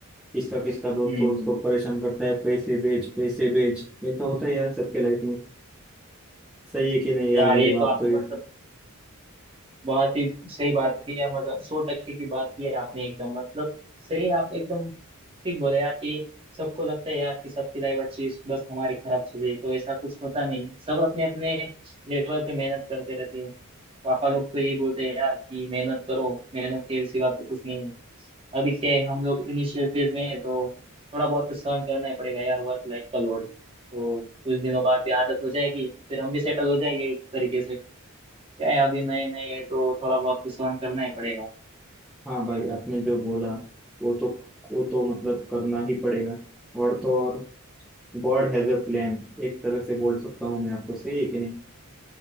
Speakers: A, in the centre; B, on the right (about 25°).
A: किसका किसका दोस्त
B: हम्म
A: हो उसको परेशान करता है पैसे भेज पैसे भेज ये तो होता है यार सबके लाइफ में सही है कि नहीं यार
B: यार
A: मेरी
B: ये
A: बात
B: तो आपने
A: तो ये
B: मतलब बहुत ही सही बात की है मतलब सौ टक्के की बात की है आपने एकदम मतलब सही आप एकदम ठीक बोले यार कि सबको लगता है यार कि सबकी लाइफ अच्छी है बस हमारी खराब चल रही है तो ऐसा कुछ होता नहीं है। सब अपने अपने लेवल पे मेहनत करते रहते हैं पापा लोग तो यही बोलते हैं यार कि मेहनत करो मेहनत के सिवा तो कुछ नहीं है अभी क्या है हम लोग इनिशियल फेज में है तो थोड़ा बहुत तो सहन करना ही पड़ेगा यार वर्क लाइफ का लोड तो कुछ दिनों बाद भी आदत हो जाएगी फिर हम भी सेटल हो जाएंगे एक तरीके से क्या है अभी नए नए है तो थोड़ा बहुत तो सहन करना ही पड़ेगा
A: हाँ भाई आपने जो बोला वो तो वो तो मतलब करना ही पड़ेगा और तो और गॉड हैज अ प्लान एक तरह से बोल सकता हूँ मैं आपको सही है कि नहीं